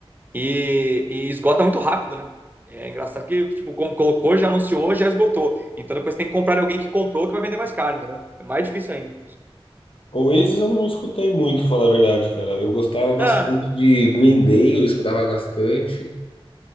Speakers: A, on the right; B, on the left.
A: E, e esgota muito rápido, né? É engraçado que, tipo, como colocou, já anunciou, já esgotou. Então depois tem que comprar de alguém que comprou que vai vender mais caro, entendeu? É mais difícil ainda.
B: Oasis eu não escutei muito, falar a verdade, cara. Eu gostava bastante
A: Ah,
B: de Green Day, eu escutava bastante.